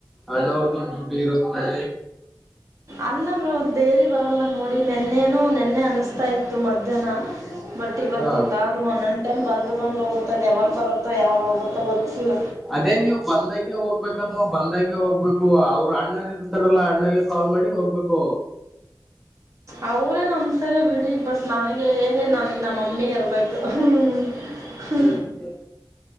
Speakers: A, in the centre; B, on the right (about 45°).
A: ಅಣ್ಣ ಅವರದೂ ಡ್ಯೂಟಿ ಇರುತ್ತೆ.
B: ಅಲ್ಲ ಬ್ರೊ ದೇವಿ ಬರಲ್ಲ ನೋಡಿ ನೆನ್ನೆನೂ ನೆನ್ನೆ ಅನಿಸ್ತಾ ಇತ್ ತ್ತ್ ಮಧ್ಯಾಹ್ನ ಬಟ್ ಇವತ್ತಿಲ್ಲ.
A: ಹಾ
B: ಒಂದೊಂದ್ ಟೈಮ್ ಬಂದ್ ಬಂದು ಹೋಗುತ್ತೊ ಯಾವಾಗ ಬರತ್ತೋ ಯಾವಾಗ ಹೋಗುತ್ತೂ ಗೊತ್ತಿಲ್ಲ.
A: ಅದೇ ನೀವು ಬಂದಾಗೆ ಹೋಗ್ಬೇಕು ಅದು ಬಂದಾಗೆ ಹೋಗ್ಬೇಕು ಅವ್ರು ಅಣ್ಣಾರ್ ಇರ್ತಾರಲ್ಲಾ ಅಣ್ಣಾಗ್ ಕಾಲ್ ಮಾಡಿ ಹೋಗ್ಬೇಕು.
B: ಅವರೇನೂ ಒಂತ್ತಾರ ಬಿಡಿ ಬಟ್ ನನಗೆ ನನ್ಗ್ ನಮ್ಮಮ್ಮಿ ಇರ್ಬೇಕು‌. ಹ್ಮ್ ಹೂ.
A: ಹ್ಮ್